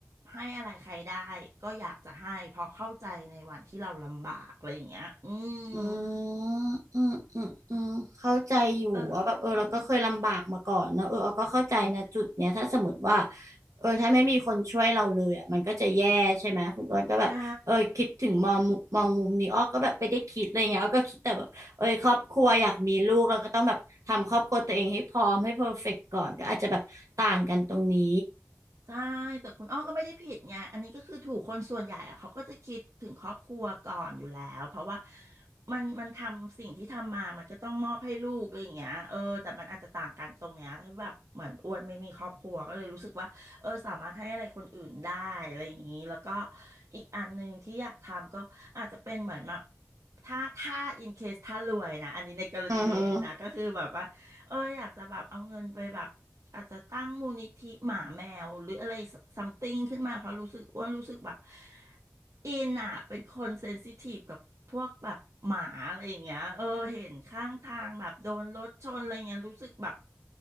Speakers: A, on the right (about 70°); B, on the right (about 80°).
A: ให้อะไรใครได้ก็อยากจะให้เพราะเข้าใจในวันที่เราลำบากอะไรอย่างเงี้ยอืม
B: อืมอืมอืมอืมเข้าใจอยู่ว่าแบบเออเราก็เคยลำบากมาก่อนเนอะเออเราก็เข้าใจนะจุดเนี้ยถ้าสมมติว่า
A: เออ
B: เออถ้าไม่มีคนช่วยเราเลยอ่ะมันก็จะแย่ใช่ไหมคุณอ้วนก็แบบเออคิดถึงมองมุมมองมุมนี้อ้อก็แบบไปได้คิดอะไรเงี้ยอ้อก็คิดแต่แบบเออครอบครัวอยากมีลูกเราก็ต้องแบบทำครอบครัวตัวเองให้พร้อมให้เพอร์เฟกต์ก่อนก็อาจจะแบบต่างกันตรงนี้
A: ใช่ ใช่แต่คุณอ้อก็ไม่ได้ผิดไงอันนี้ก็คือถูกคนส่วนใหญ่อะเขาก็จะคิดถึงครอบครัวก่อนอยู่แล้วเพราะว่ามันมันทำสิ่งที่ทำมามันก็ต้องมอบให้ลูกอะไรอย่างเงี้ยเออแต่มันอาจจะต่างกันตรงเนี้ยแบบเหมือนอ้วนไม่มีครอบครัวก็เลยรู้สึกว่าเออสามารถให้อะไรคนอื่นได้อะไรอย่างนี้แล้วก็อีกอันหนึ่งที่อยากทำก็อาจจะเป็นเหมือนแบบถ้าถ้า in case ถ้ารวยนะอันนี้ในกรณีรวยนะก็คือแบบว่า
B: อือหือ
A: เอออยากจะแบบเอาเงินไปแบบอาจจะตั้งมูลนิธิหมาแมวหรืออะไรซัมติงขึ้นมาเพราะรู้สึกอ้วนรู้สึกแบบอินอ่ะเป็นคนเซนซิทีฟกับพวกแบบหมาอะไรอย่างเงี้ยเออเห็นข้างทางแบบโดนรถชนอะไรเงี้ยรู้สึกแบบ